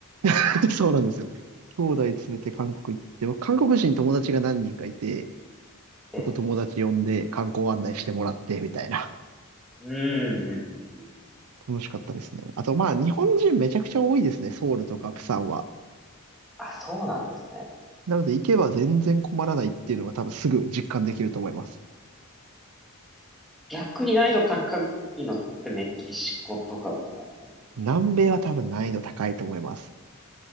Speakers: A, on the right (about 80°); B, in the centre.
A: <laughs> そうなんですよ。兄弟連れて韓国行って、韓国人友達が何人かいて、
B: え。
A: ちょっと友達呼んで観光案内してもらってみたいな。
B: うんうん。うんうん
A: 楽しかったですね。あと、まあ、日本人めちゃくちゃ多いですね。ソウルとかプサンは。
B: あ、そうなんですね。
A: なので、行けば全然困らないっていうのが多分すぐ実感できると思います。
B: 逆に難易度高いのってメキシコとかですかやっぱり。
A: 南米は多分難易度高いと思います。
B: あ